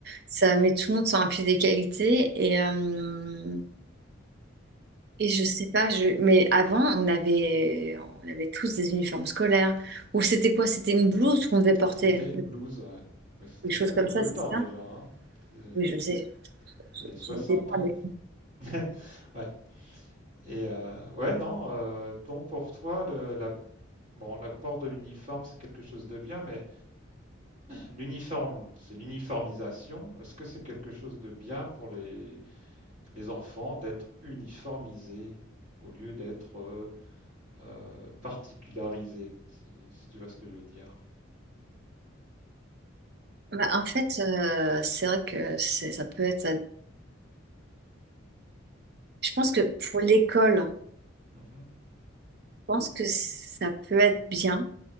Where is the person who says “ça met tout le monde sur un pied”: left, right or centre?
Right